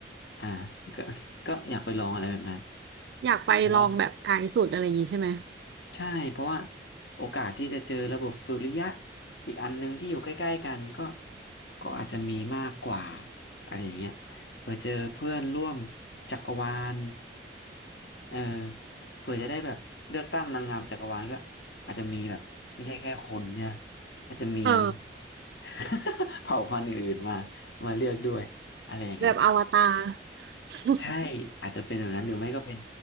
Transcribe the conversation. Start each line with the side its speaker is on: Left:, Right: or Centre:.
Left: อ่าก็ <laughs> ก็อยากไปลองอะไรแบบนั้น
Right: อยากไปลองแบบไกลสุดอะไรอย่างงี้ใช่ไหม
Left: เพราะว่า ใช่เพราะว่าโอกาสที่จะเจอระบบสุริยะอีกอันหนึ่งที่อยู่ใกล้ๆกันก็ก็อาจจะมีมากกว่าอะไรอย่างเงี้ยเผื่อเจอเพื่อนร่วมจักรวาลเออเผื่อจะได้แบบเลือกตั้งนางงามจักรวาลก็อาจจะมีแบบไม่ใช่แค่คนเนี่ยอาจจะมี
Right: เออ
Left: <laughs> เผ่าพันธุ์อื่นๆมามาเลือกด้วยอะไรอย่างเงี้ยนะ
Right: แบบอวตาร <laughs>
Left: ใช่อาจจะเป็นแบบนั้นหรือไม่ก็เป็น